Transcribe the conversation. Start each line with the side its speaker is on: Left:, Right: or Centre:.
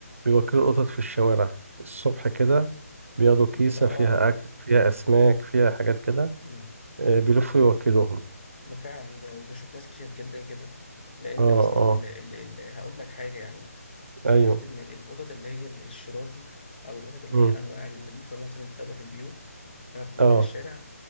Right: بيوكلوا
Left: مم.
Right: القطط في الشوارع الصبح كده بياخدوا كيسة
Left: دول اه
Right: فيها أكل فيها أسماك فيها حاجات كده
Left: مم.
Right: آه، بيلفوا يوكلوهم
Left: ما فعلا ب- بشوف ناس كتير جدا كده لان
Right: اه
Left: اصلا
Right: اه
Left: ال ال ال هقول لك حاجه يعني
Right: ايوه
Left: في حته ان القطط اللي هي الشرازي او القطط اللي
Right: امم
Left: هي انواع النظيفه مثلا اللي بتتربى في البيوت لما بتنزل
Right: اه
Left: الشارع